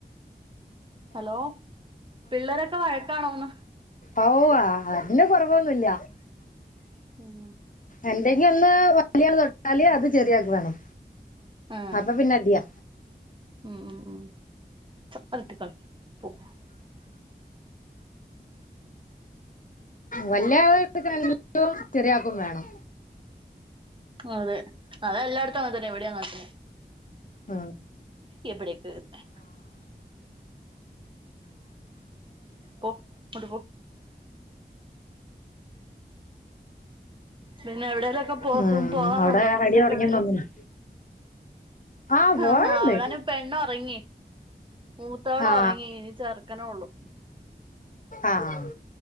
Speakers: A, on the right (about 30°); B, on the left (about 50°).
A: ഹലോ പിള്ളേരൊക്കെ വഴക്കാണോന്ന്
B: അഹൂ വാ അതിന് കൊറവൊന്നു ല്ല
A: ഉം
B: എന്തെങ്കി ഒന്ന് വലിയ ള് തൊട്ടാല് അത് ചെറിയാക്ക് വേണം
A: ആഹ്
B: അപ്പൊ പിന്നെ അടിയാ
A: ഉം ഉം ഉം അത്ട്‌ത്ത് ക്കളി പും
B: വല്ല്യാള്ട്ത്ത്ക്ക്ണ എല്ലാം ചെറിയാക്കും വേണം
A: അതെ അതെല്ലായിടത്തും അങ്ങനത്തന്നെ ഇവിടെ അങ്ങനതന്നെ
B: ആഹ്
A: ഇവിടിട്ടിരുന്നേ പൊ അങ്ങട്ട് പോ പിന്നെ എവിടെലെക്കെ പോ
B: ഉം
A: പോവാറുണ്ടോ
B: അവിടെ
A: പൊറത്തേക്കെവിടേലും
B: അടി തുടങ്ങിയെന്ന് തോന്നുന്നു ആ പോവാറുണ്ട്
A: ആഹാ അവളന് പെണ്ണൊറങ്ങി മൂത്തോളും
B: ആ
A: ഒറങ്ങി ഇനി ചെർക്കനൊള്ളു
B: ആഹ്